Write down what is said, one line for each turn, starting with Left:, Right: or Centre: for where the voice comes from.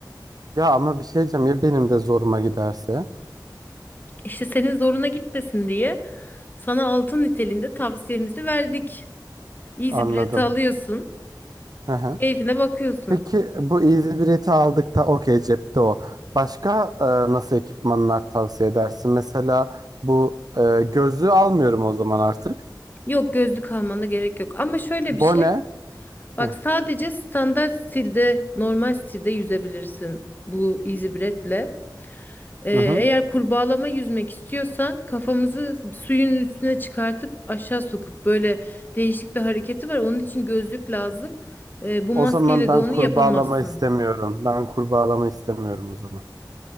Right: Ya ama bir şey diyeceğim ya benim de zoruma giderse.
Left: İşte senin zoruna gitmesin diye sana altın niteliğinde tavsiyemizi verdik. Easy
Right: Anladım.
Left: Breath'i alıyorsun,
Right: Hı hı.
Left: keyfine bakıyorsun.
Right: Peki bu easy bileti aldık da okey cepte o. Başka e, nasıl ekipmanlar tavsiye edersin? Mesela bu e, gözlüğü almıyorum o zaman artık.
Left: Yok gözlük almana gerek yok. Ama şöyle
Right: Bone.
Left: bir şey, bak
Right: Hı
Left: sadece standart stilde, normal stilde yüzebilirsin bu Easy Breath'le. Ee,
Right: hı. hı.
Left: eğer kurbağalama yüzmek istiyorsan kafamızı suyun üstüne çıkartıp aşağı sokup böyle değişik bir hareketi var. Onun için gözlük lazım. Ee, bu
Right: O
Left: maskeyle
Right: zaman ben
Left: de onu
Right: kurbağalama
Left: yapamazsın.
Right: istemiyorum. Ben kurbağalama istemiyorum o zaman.